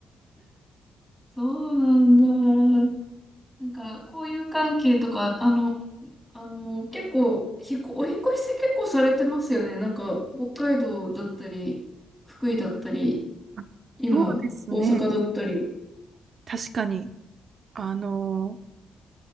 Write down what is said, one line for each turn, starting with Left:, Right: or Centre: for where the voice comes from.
Centre: そうなんだ。なんか、こういう関係とか、あの、あの、結構、ひこ、お引っ越し結構されてますよね。なんか、北海道だったり、福井だったり、
Right: あそうですね。
Centre: 今、大阪だったり。
Right: 確かに。あのー